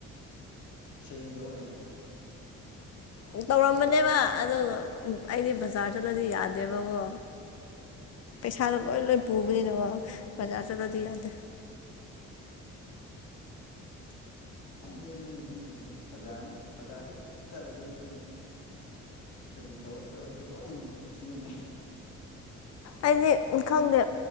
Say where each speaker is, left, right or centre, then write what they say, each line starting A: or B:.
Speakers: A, on the left; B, on the left.
A: ꯁꯤꯦꯕꯤꯗꯧ ꯀꯩꯅꯩꯅꯣ
B: ꯇꯧꯔꯝꯕꯅꯦꯕ ꯑ ꯑꯩꯗꯤ ꯕꯖꯥꯔ ꯆꯠꯂꯗꯤ ꯌꯥꯗꯦꯕꯀꯣ ꯄꯩꯁꯥꯗꯣ ꯂꯣꯏ ꯂꯣꯏ ꯄꯨꯕꯅꯤꯅꯀꯣ ꯕꯖꯥꯔ ꯆꯠꯂꯗꯤ ꯌꯥꯗꯦ
A: ꯁꯪꯗꯦ ꯅꯣꯏ ꯅꯨꯄꯤꯁꯤꯡꯁꯦ ꯕꯖꯥꯔ ꯕꯖꯥꯔ ꯍꯦꯛ ꯆꯠꯂꯗꯤ ꯑꯗꯨꯝ ꯁꯦꯚꯤꯡ ꯇꯧꯕ ꯁꯣꯏꯕꯁꯨ ꯂꯣꯏ ꯁꯤꯖꯤꯟꯅꯩ
B: ꯑꯩꯗꯤ ꯈꯪꯗꯦ